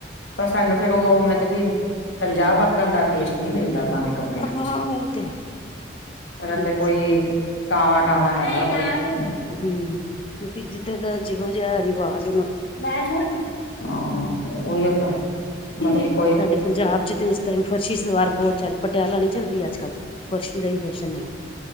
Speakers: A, on the left; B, on the left.
A: ਪਰ ਸਾਨੂੰ ਫੇਰ ਉਹ, ਮਤਲਬ ਕੀ ਪੰਜਾਬ ਅੱਕਣ ਦਾ ਟੇਸਟ ਨੀ ਮਿਲਦਾ ਤਾਵੀ ਕੱਪੜਿਆ
B: ਹਾਂ
A: 'ਚ
B: ਉਹ ਤੇ
A: <unintelligible>
B: ਹੈ
A: ਟਾਵਾਂ ਟਾਵਾਂ ਹੈਗਾ ਕੁਈ
B: ਹਮ, ਕਿਉਂਕਿ ਜਿੱਧਰ ਦਾ ਜਿਹੋ ਜਿਹਾ ਰਿਵਾਜ
A: ਹਾਾਾਾਾਂ ਓ ਤੇ, ਮਤਲਬ ਕੀ
B: ਸਾਡੇ ਪੰਜਾਬ 'ਚ ਤੇ ਇਸ ਤ ਟਾਈਮ ਫਰਸ਼ੀ ਸਲਵਾਰ ਬਹੁਤ ਚੱਲ ਪਟਿਆਲਾ ਨਹੀਂੀ ਚੱਲ ਰਹੀ ਅੱਜ ਕੱਲ੍ਹ, ਫਰਸ਼ੀ ਦਾ ਹੀ ਫੈਸ਼ਨ ਹੈਗਾ।